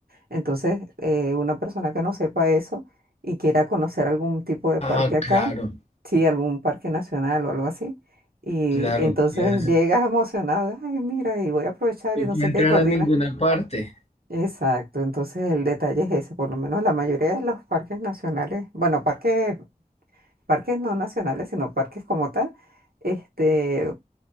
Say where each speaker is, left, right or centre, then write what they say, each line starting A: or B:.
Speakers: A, on the right (about 80°); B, on the left (about 45°).
A: Entonces, eh, una persona que no sepa eso y quiera conocer algún tipo de
B: Ah,
A: parque acá,
B: claro,
A: sí, algún parque nacional o algo así y
B: claro,
A: y entonces
B: ya sé.
A: llegas emocionado, ay, mira, y voy a aprovechar
B: No
A: y no
B: puede
A: sé
B: entrar
A: qué, y coordina.
B: a ninguna parte.
A: Exacto, entonces el detalle es ese, por lo menos la mayoría de los parques nacionales, bueno, parques, parques no nacionales, sino parques como tal, este,